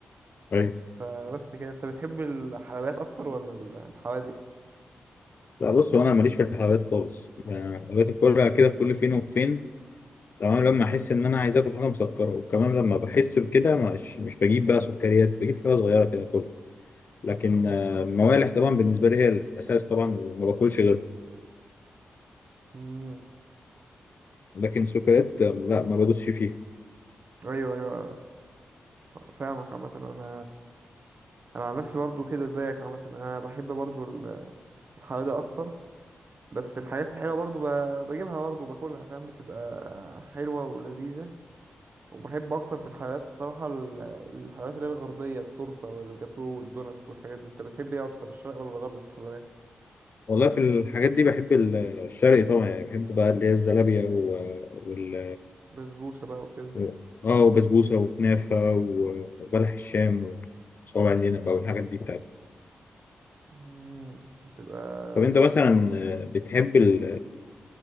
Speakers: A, on the left; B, on the right.
A: ايوه
B: فبس كده انت بتحب الحلويات اكتر ولا ال- الحوادق
A: لا بص هو انا ماليش في الحلويات خالص يعني أنا الحلويات كلها كده كل فين وفين تمام لما احس ان انا عايز اكل حاجه مسكره وكمان لما بحس بكده مش مش بجيب بقى سكريات بجيب حاجه صغيره كده كلها لكن آه، موالح طبعا بالنسبه لي هي الاساس طبعا وما باكلش غيره
B: امم
A: لكن سكريات آه، لا ما بدوسش فيها
B: ايوه ايوه فاهمك عامه انا انا عن نفسي برضو كده زيك عامه انا بحب برضو الحوادق اكتر بس الحاجات الحلوه برضو ب- بجيبها برضو وباكلها فاهم بتبقى حلوه ولذيذه وبحب اكتر في الحلويات الصراحه ال- الحلويات اللي هي الغربيه التورته والجاتو والدوناتس والحاجات دي انت بتحب ايه اكتر الشرق ولا الغرب في الحلويات
A: والله في الحاجات دي بحب ال- آه، الشرقي طبعا يعني بحب بقى اللي هي الزلابيه و... آه، وال
B: بسبوسه بقى وكده
A: و- اه وبسبوسه وكنافه و- وبلح الشام وصوابع زينب بقى والحاجات دي بتاعتي
B: امم بتبقى
A: طب انت
B: بتبقى
A: مثلا
B: حلوة.
A: آه، بتحب ال...